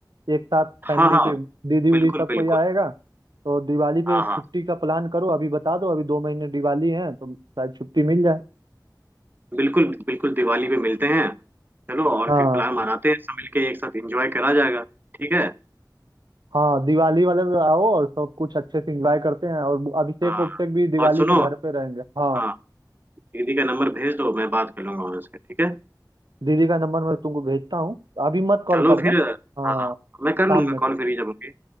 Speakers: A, on the right; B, on the right.
A: एक साथ फैमिली
B: हाँ हाँ
A: पे दीदी उदी
B: बिल्कुल
A: सब
B: बिल्कुल
A: कोई आएगा तो दिवाली पे
B: हाँ हाँ
A: छुट्टी का प्लान करो अभी बता दो अभी दो महीने दिवाली है तो शायद छुट्टी मिल जाए
B: बिल्कुल बिल्कुल दिवाली पे मिलते हैं चलो और
A: हाँ
B: फिर प्लान बनाते हैं सब मिलके एक साथ एंजॉय करा जाएगा ठीक है
A: हाँ दिवाली वाले पे आओ और सब कुछ अच्छे से एंजॉय करते हैं और अभिषेक
B: हाँ
A: उभिषेक भी दिवाली
B: और सुनो
A: पे घर पे रहेंगे हाँ
B: हाँ दीदी का नंबर भेज दो मैं बात कर लूंगा उनसे ठीक है
A: दीदी का नंबर मैं तुमको भेजता हूँ अभी मत कॉल
B: चलो
A: करना
B: फिर
A: हाँ
B: हाँ मैं
A: शाम
B: कर लूंगा
A: में
B: कॉल
A: कर-
B: फ्री जब होंगे